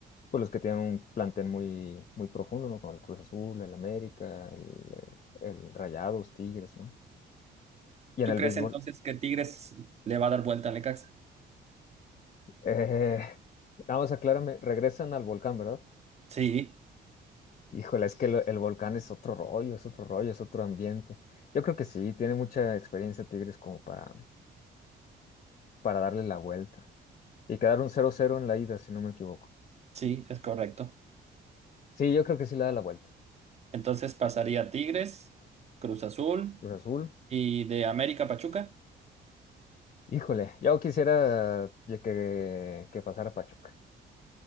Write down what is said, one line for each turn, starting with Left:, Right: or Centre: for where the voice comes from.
Left: pues los que tienen un plantel muy, muy profundo, ¿no? Como el Cruz Azul, el América, el, el Rayados, Tigres, ¿no? Y
Right: ¿Tú
Left: en el
Right: crees
Left: béisbol.
Right: entonces que Tigres le va a dar vuelta al Necaxa?
Left: Eh, <laughs> nada más aclárame, regresan al volcán, ¿verdad?
Right: Sí,
Left: Híjole, es que lo- el volcán es otro rollo, es otro rollo, es otro ambiente. Yo creo que sí, tiene mucha experiencia Tigres como para, para darle la vuelta. Y quedaron cero cero en la ida, si no me equivoco.
Right: sí, es correcto.
Left: Sí, yo creo que sí le da la vuelta.
Right: Entonces pasaría Tigres, Cruz Azul
Left: Cruz Azul,
Right: y de América Pachuca. <laughs>
Left: híjole, yo quisiera que, que pasara Pachuca.